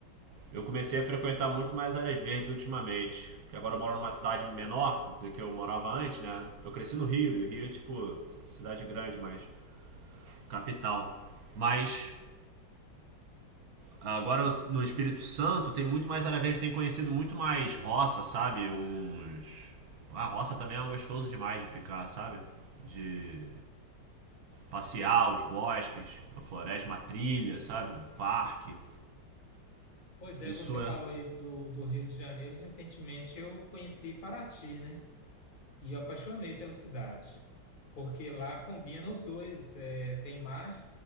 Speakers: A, on the right; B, on the left.
A: Eu comecei a frequentar muito mais áreas verdes ultimamente. Porque agora eu moro numa cidade menor do que eu morava antes, né? Eu cresci no Rio, e o Rio é tipo cidade grande, mas capital. Mas agora no Espírito Santo tem muito mais área verde, tem conhecido muito mais roça, sabe? Uns. A roça também é gostoso demais de ficar, sabe? De passear os bosques, a floresta, uma trilha, sabe? Um parque.
B: Pois é,
A: Isso
B: você
A: é
B: falou aí do, do Rio de Janeiro. Recentemente eu conheci Paraty, né? E eu apaixonei pela cidade, porque lá combina os dois, é, tem mar